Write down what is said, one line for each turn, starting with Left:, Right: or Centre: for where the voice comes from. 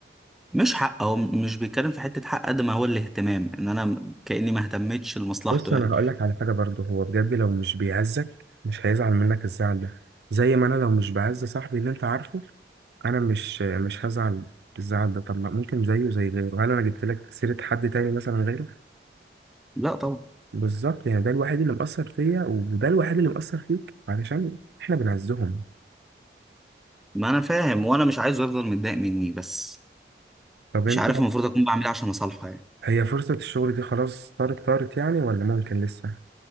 Centre: مش حق هو مش بيتكلم في حتة حق قد ما هو الاهتمام إن أنا كأني ما اهتمتش لمصلحته
Right: بص انا
Centre: يعني
Right: هقول لك على حاجه برضه هو بجد لو مش بيعزك مش هيزعل منك الزعل ده زي ما انا لو مش بعز صاحبي اللي انت عارفه انا مش مش هزعل الزعل ده طب ما ممكن زيه زي غيره هل انا جبت لك سيره حد تاني مثلا غيره
Centre: لا طبعا
Right: بالظبط يعني ده الوحيد اللي مأثر فيا وده الوحيد اللي مأثر فيك علشان احنا بنعزهم
Centre: ما أنا فاهم وأنا مش عايزه يفضل متضايق مني بس
Right: طب انت
Centre: مش عارف المفروض أكون بعمل إيه عشان أصالحه يعني
Right: هي فرصه الشغل دي خلاص طارت طارت يعني ولا ممكن لسه